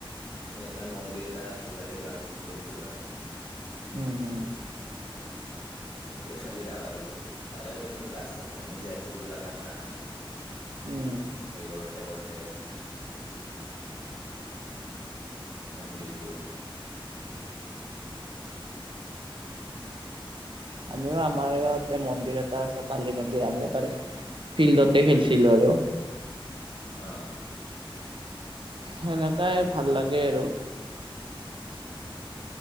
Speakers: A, on the left; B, on the right.
A: মি এটা মন্দিৰ এটা আছিল গ্ৰাউণ্ডত খেলছিলো আমি।
B: উম উম।
A: এনকে খেলি ডাঙাৰ হলো তাৰে দেচোন গ্লাছ ত্লাছ ভাঙি যায় সৰু জাগা না
B: উম।
A: এই কৰোতে কৰোতে, মন্দিৰটোত
B: আমিও আমাৰ ইয়াতে মন্দিৰ এটা আছে পালি মন্দিৰ আমি তাৰে ফিল্ডতে খেলছিলো আৰু।
A: <unintelligible> অ।
B: সেনেকাই
A: এই
B: ভাল লাগে আৰু।
A: হয়।